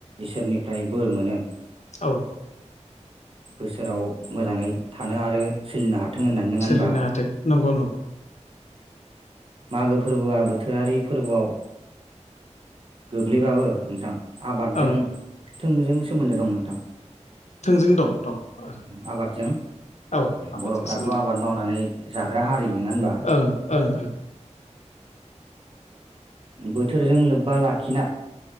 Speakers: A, on the right (about 45°); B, on the left (about 65°).
A: इसोरनिफ्राय बोर मोनो।
B: औ
A: बोसोराव मोजाङै थानो आरो सोलिनो हाथों। थों होननानै नङा
B: सोलिनो
A: होनबा।
B: हाथों नंगौ नंगौ
A: मागो फोरबोआ बोथोरारि फोरबोआव गोग्लैबाबो नोंथां। आबादजों
B: ओं
A: थोंजों सोमोन्दो दं नोंथां।
B: थोंजों दं दं ओं
A: आबादजों
B: औ आबादजों
A: बरफ्राथ
B: सोमोन्दो
A: आबाद मावनानै। जाग्रा हारि नङा होनबा।
B: गोनां ओं ओं ओं
A: बोथोरजों लोबबा लाखिना